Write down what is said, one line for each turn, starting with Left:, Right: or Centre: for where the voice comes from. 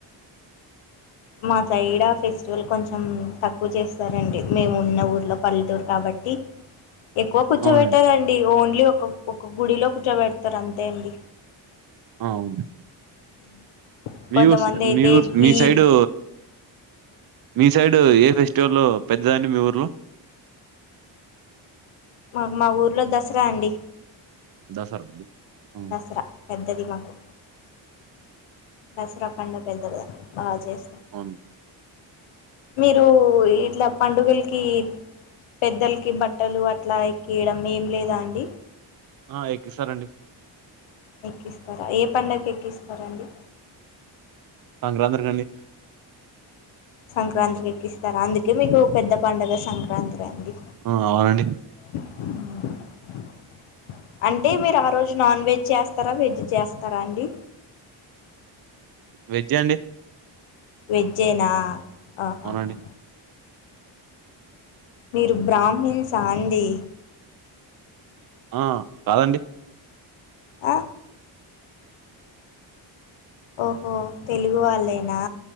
Left: మా సైడ్ ఆ ఫెస్టివల్ కొంచెం తక్కువ చేస్తారండి మేము ఉన్న ఊర్లో పల్లెటూరు కాబట్టి ఎక్కువ కూర్చోబెట్టారండి
Right: అవునండి
Left: ఓన్లీ ఒక ఒక గుడిలో కూర్చోబెడతారు అంతే అండి
Right: ఆ అవును
Left: మ్మ్.
Right: మీ
Left: కొంతమంది
Right: ఊరుసూ
Left: అయితే
Right: మీ ఊరుసు
Left: వీ
Right: మీ సైడు మీ సైడు ఏ ఫెస్టివల్ పెద్దదండి మీ ఊర్లో
Left: మాకు మా ఊర్లో దసరా అండి
Right: దసరా అండి ఆ
Left: దసరా పెద్దది మాకు దసరా పండుగా పెద్దదండి బా చేస్తారు
Right: అవున్
Left: మీరు ఇట్లా పండుగలకి పెద్దలకి బట్టలు అట్లా ఎక్కయడం ఏం లేదా అండి
Right: ఆ ఎకిస్తారండి
Left: ఎక్కిస్తారా ఏ పండక్కి ఎక్కిస్తారండి
Right: సంక్రాత్రి కండి
Left: సంక్రాంతికి ఎక్కిస్తారా అందుకే మీకు పెద్ద పండుగ సంక్రాంత్రి అండి
Right: ఆ అవునండి
Left: అ అంటే మీరు ఆ రోజు నాన్ వెజ్ చేస్తారా వెజ్ చేస్తారా అండి
Right: వెజ్ అండి
Left: వెజ్జేనా ఆహహా
Right: అవునండి
Left: మీరు బ్రాహ్మిన్స్ ఆ అండి
Right: ఆ కాదండి
Left: ఆ ఓహో తెలుగు వాళ్లేనా